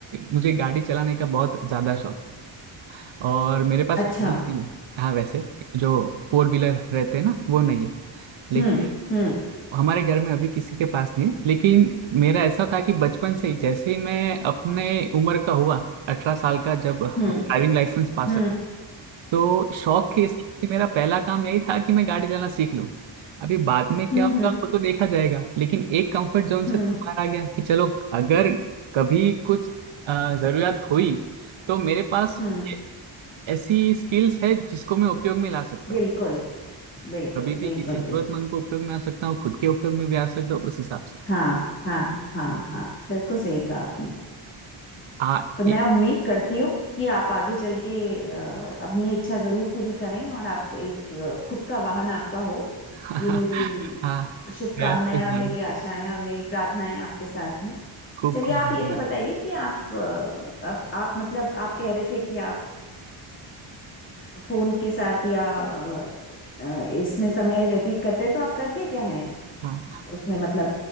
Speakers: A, on the right; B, on the left.
A: मुझे गाड़ी चलाने का बहुत ज्यादा शौक और मेरे पास
B: अच्छा
A: गाड़ी नहीं है हाँ वैसे जो फोर व्हीलर रहते हैं ना वो नहीं है लेकिन
B: हम्म हम्म
A: हमारे घर में अभी किसी के पास नहीं है। लेकिन मेरा ऐसा था कि बचपन से ही जैसे ही मैं अपने उम्र का हुआ अठारह साल का जब ड्राइविंग
B: हम्म
A: लाइसेंस पास
B: हम्म
A: तो शौक के हिसाब से मेरा पहला काम यही था कि मैं गाड़ी चलाना सीख लूं अभी बाद में क्या
B: हम्म हम्म
A: होगा
B: हम्म
A: वो तो देखा जाएगा लेकिन एक कंफर्ट जोन से
B: हम्म
A: तो बाहर आ गया कि चलो अगर कभी कुछ अ, जरूरत हुई तो मेरे पास
B: हम्म,
A: ये ऐसी स्किल्स है जिसको मैं उपयोग में ला सकता
B: बिल्कुल
A: हूँ
B: बिल्कुल
A: कभी भी
B: बिल्कुल
A: किसी जरूरतमंद
B: बिल्कुल
A: को उपयोग में आ सकता हूँ खुद के उपयोग में भी आ सकता हूँ उस हिसाब से
B: हाँ हाँ हाँ हाँ बिल्कुल सही कहा आपने
A: आ
B: तो मैं
A: एक
B: उम्मीद करती हूँ कि आप आगे चल के अ, अपनी ये इच्छा जरूर पूरी करें और आप एक अ, खुद का वाहन आपका हो
A: <laughs>
B: ये मेरी
A: हाँ
B: शुभकामनाएं
A: प्रयास कुछ
B: और
A: भाई
B: मेरी आशाएं और मेरी प्रार्थनाएं आपके साथ हैं
A: खूब
B: चलिए
A: खूब
B: आप
A: धन्यवाद
B: ये तो बताइए कि आप अ, आप, आप मतलब आप कह रहे थे कि आप अ, फोन के साथ या अ, अ, इसमें समय व्यतीत करते हैं तो आप करते क्या हैं
A: हाँ
B: उसमें मतलब